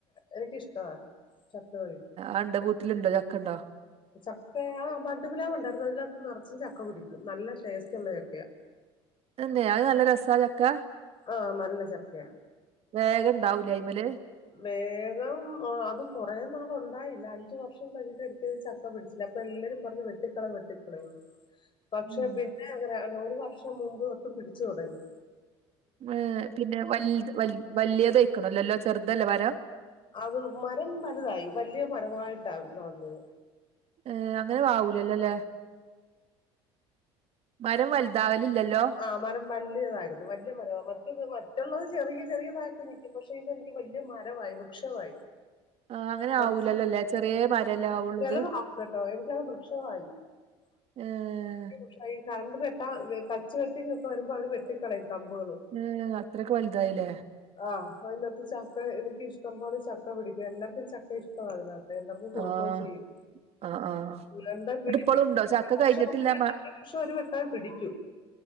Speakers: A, on the left; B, on the right.
A: എനിക്കിഷ്ടമാണ് ചക്ക വേവിച-
B: ആന്റെ വീട്ടിലുണ്ടോ ചക്ക ഒണ്ടോ
A: ചക്ക ബഡ് പ്ലാവ് ഉണ്ടായിരുന്നു അതിലൊക്കെ നറച്ചും ചക്ക പിടിക്കും നല്ല ടേസ്റ്റ് ഉള്ള ചക്കയാ
B: എന്തെ അത് നല്ല രസാ ചക്ക
A: ആഹ് നല്ല ചക്കയ
B: വേഗം ഇണ്ടാവുലെ അയിമേല്
A: വേഗം അത് കുറേനാള് ഒണ്ടായില്ല അഞ്ചു വർഷം കഴിഞ്ഞിട്ടയാ അതില് ച- ക്കെ പിടിച്ചില്ല അപ്പൊ എല്ലാരും പറഞ്ഞു വെട്ടിക്കള വെട്ടിക്കളയെന്ന് പക്ഷെ
B: ഉം
A: പിന്നെ അങ്ങനെ ഒരു വർഷം മുമ്പ് തൊട്ട് പിടിച്ചു തൊടങ്ങി
B: ഏ് പിന്നെ വൽ വലിയതഴക്കണല്ലോല്ലോ ചെറുതല്ലേ വരാ
A: അത് മരം വലുതായി വലിയ മരമായിട്ടാ വളന്നത്
B: ഏ അങ്ങനെ ആവൂലല്ലോല്ലേ മരം വലുതാവലില്ലല്ലോ
A: ആ മരം വല്ലിയതായിരുന്നു വലിയ മര മറ്റ മറ്റുള്ളത് ചെറിയ ചെറിയതായിട്ട് നിൽക്കും പക്ഷെ- പക്ഷെ ഇതെനിക്ക് വലിയ മരമായി വൃക്ഷമായി
B: ആഹ് അങ്ങനെ
A: കുറ
B: ആവൂലല്ലോല്ലേ ചെറിയ മരല്ലേ ആവുള്ളൂ
A: ചില
B: ഇത്
A: കേട്ടോ എനിക്കത് വൃക്ഷമായി <unintelligible>
B: ഏഹ
A: ഈ
B: <unintelligible>
A: വൃക്ഷ ഈ കറണ്ട് വെട്ടാ ടച്ച് വെട്ടിങ്ങ് ഒക്കെ വരുമ്പോ അവര് വെട്ടിക്കകളയും കമ്പുകള്
B: ഏ അത്രക്കെ വലുതായിലേ
A: ആഹ് അതിനത്ത് ചക്ക എനിക്കിഷ്ടം പോലെ ചക്ക പിടിക്കും എല്ലാർക്കും ചക്ക ഇഷ്ടമാണ് അതിനാത്ത് അപ്പ എല്ലാർക്കും കൊടുക്കുകയും
B: ആഹ്
A: ചെയ്യും
B: ആഹ് ആഹ്
A: വണ്ട പിടി
B: എന്നിട്ട് ഇപ്പളും
A: <unintelligible> ക്കുംക്ഷ
B: ഉണ്ടോ ചക്ക കഴിഞ്ഞിട്ടില്ല
A: വപക്ഷം
B: മ
A: ഒരു വെട്ടം പിടിക്കും